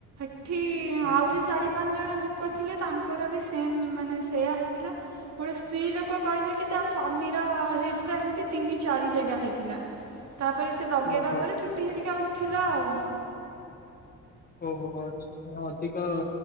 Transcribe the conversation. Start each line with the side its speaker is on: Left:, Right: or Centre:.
Right: ଏଠି
Left: ହୁଁ।
Right: ଆହୁରି ଚାରି ପାଞ୍ଚ ଜଣ ଲୁକ ଥିଲେ ତାଙ୍କ ଙ୍କର ବି ସେମ୍ ମାନେ ସେଇୟା ହେଇଥିଲା। ଗୋଟେ ସ୍ତ୍ରୀ ଲୋକ କହିଲେ କି ତା ସ୍ଵାମୀର ହେଇଥିଲା ଏମତି ତିନି ଚାରି ଜାଗା ହେଇଥିଲା ତାପରେ ସେ ଲଗେଇଦବା
Left: ଓହୋ
Right: ପରେ ଚୁଟି ହେରିକା ଆଉ ଥିଲା ଆଉ।
Left: ଓହୋ ଆଛା ଅଧିକ